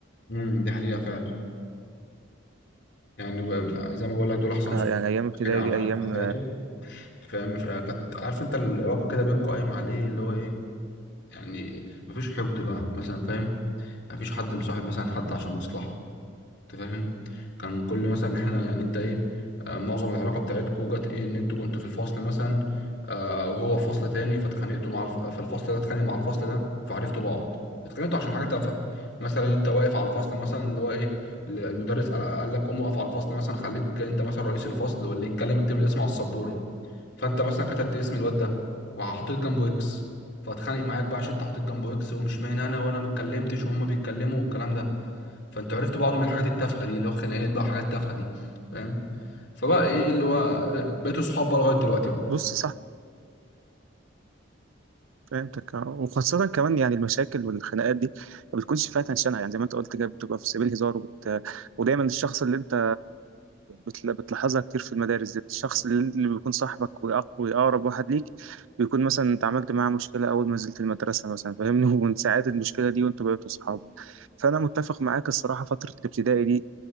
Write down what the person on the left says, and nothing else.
امم دي حقيقه فعلا يعني و- زي ما بقول لك دول احسن
صحاب
الواحد عملهم
في حياته فاهم آه، كانت عارف انت العلاقه كده بينكم قايمه على ايه اللي هو ايه يعني مفيش حقد بقى مثلا فاهم مفيش حد مصاحب مثلا حد عشان مصلحة انت فاهم كان كل مثلا احنا يعني انت ايه آه، معظم العلاقة بتاعتكو جت ايه ان انتوا كنتوا في الفصل مثلا آه، وهو في فصل تاني فاتخانقتوا مع الف... فالفصل ده اتخانق مع الفصل ده فعرفتوا بعض اتخانقتوا عشان حاجة تافهة مثلا انت واقف على الفصل مثلا اللي هو ايه ال- المدرس قال قال لك قوم واقف على الفصل مثلا خليك انت مثلا رئيس الفصل واللي يتكلم اكتب له اسمه على السبورة فانت مثلا كتبت اسم الواد ده وحطيت جنبه اكس فاتخانق معاك بقى عشان انت حطيت جنبه اكس ومش معنى انا وانا ما اتكلمتش وهما بيتكلموا والكلام ده فانت عرفت بعض من الحاجات التافهه دي اللي هو خناقات بقى وحاجات تافهه دي فاهم فبقى ايه اللي هو إيه، بقيتوا صحاب بقى لغايه دلوقتي بقى